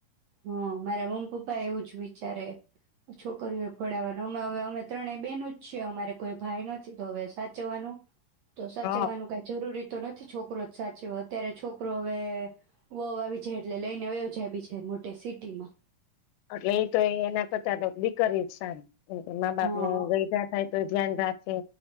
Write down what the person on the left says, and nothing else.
હ
એટલે એ તો એના કરતા દીકરી જ સારી મા બાપ
ને ગયઢા‌ થાય તો ધ્યાન રાખે.